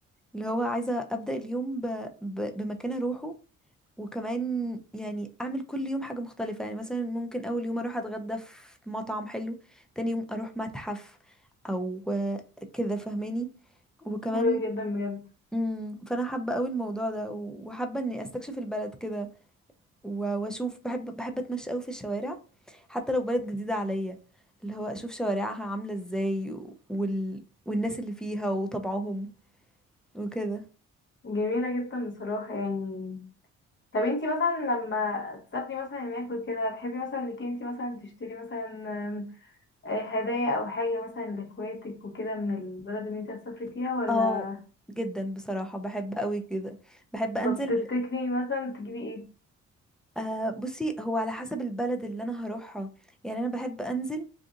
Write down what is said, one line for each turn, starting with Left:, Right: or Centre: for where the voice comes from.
Centre: اللي هو عايزة ابدأ اليوم ب... ب... بمكان اروحه وكمان يعني اعمل كل يوم حاجة مختلفة يعني مثلا ممكن اول يوم اروح اتغدى في مطعم حلو تاني يوم اروح متحف او آه، كده فاهماني وكمان
Left: حلو جدا بجد
Centre: امم فانا حابة قوي الموضوع ده وحابة اني استكشف البلد كده و- واشوف بحب بحب اتمشى قوي في الشوارع حتى لو بلد جديدة عليا اللي هو اشوف شوارعها عاملة ازاي وال... والناس اللي فيها وطبعهم وكده
Left: جميلة جدا بصراحة يعني طب انتي مثلا لما تسافري مثلا هناك وكده تحبي مثلا انك انتي مثلا تشتري مثلا آه، هدايا او حاجة مثلا لاخواتك وكده من البلد اللي انت هتسافري فيها ولا
Centre: اه جدا بصراحة بحب قوي كده بحب انزل
Left: طب تفتكري مثلا تجيبي ايه
Centre: أه بصي هو على حسب البلد اللي انا هروحها يعني انا بحب انزل